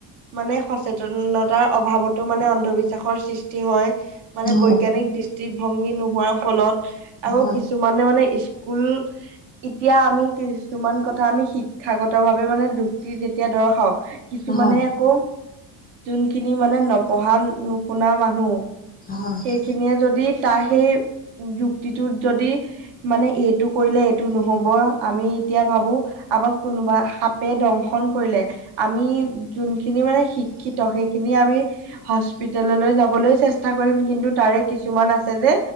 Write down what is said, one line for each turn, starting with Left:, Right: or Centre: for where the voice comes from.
Right: মানে সচেতনতাৰ অভাৱতো মানে অন্ধবিশ্বাসৰ সৃষ্টি হয়। মানে
Left: হয়
Right: বৈজ্ঞানিক দৃষ্টিভংগী নোহোৱাৰ ফলত আকৌ
Left: হয়
Right: কিছুমানে মানে ভূল এতিয়া আমি কিছুমান কথা আমি শিক্ষাগত ভাৱে মানে যুক্তি এতিয়া দৰ্শাও কিছুমানে
Left: হয়
Right: আকৌ যোনখিনি মানে নপঢ়া নুশুনা মানুহ
Left: হয়
Right: সেইখিনিয়ে যদি। তাৰ সেই যুক্তিটো যদি মানে এইটো কৰিলে এইটো নহ'ব আমি এতিয়া ভাবো। আমাক কোনোবা সাপে দংশন কৰিলে, আমি যোনখিনি মানে শিক্ষী শিক্ষিত সেইখিনি আমি হস্পিতেললৈ যাবলৈ চেষ্টা কৰিম। কিন্তু, তাৰে কিছুমান আছে যে